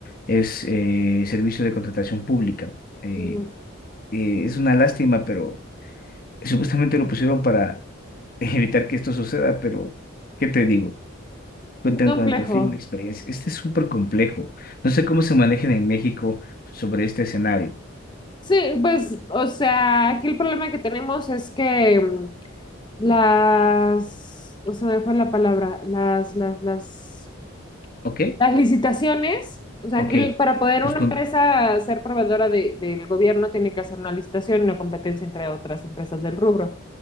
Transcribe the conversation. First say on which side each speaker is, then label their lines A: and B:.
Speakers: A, on the left (about 45°); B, on the left (about 20°).
A: es eh, Servicio de Contratación Pública. Eh,
B: ujú.
A: eh, es una lástima, pero supuestamente lo pusieron para <laughs> evitar que esto suceda, pero ¿qué te digo? Cuentan
B: Es complejo.
A: con el perfil, la experiencia. Este es súper complejo. No sé cómo se manejan en México sobre este escenario.
B: Sí, pues, o sea, aquí el problema que tenemos es que mm, las, o sea, me fue la palabra, las, las, las
A: ¿Ok?
B: Las licitaciones, o sea,
A: Ok.
B: que el- para poder
A: Pues
B: una
A: con...
B: empresa ser proveedora de- del gobierno tiene que hacer una licitación y una competencia entre otras empresas del rubro.